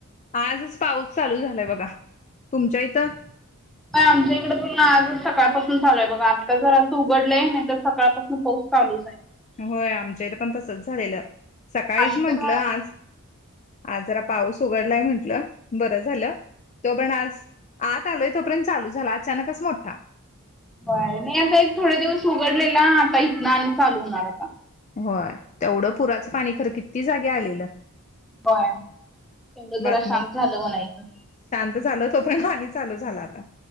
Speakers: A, on the left; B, in the centre.
A: आजच पाऊस चालू झालाय बघा, तुमच्या इथं?
B: <inaudible> व्हय आमच्या इकडे पण आजच सकाळपासून चालूय बघा. आत्ता जरासं उघडलंय, नाही तर सकाळपासून पाऊस चालूच हाय.
A: होय आमच्या इथ पण तसच झालेलं. सकाळीच
B: आणि
A: म्हंटलं
B: तर
A: आज आ जरा पाऊस उघडलाय म्हंटलं, बर झालं. तो पण आज आत आलोय तोपर्यंत चालू झाला, अचानकच मोठा.
B: व्हय नई आता एक थोडे दिवस उघडलेला, आता इथन आणि चालू होणार आता.
A: होय तेवढं पुराचं पाणी खरं किती जागी आलेलं.
B: होय तेवढंच जरा
A: बातमीत.
B: शांत झालं म्हणायचं.
A: शांत झालं तो पर्यंत आणि चालू झाला आता.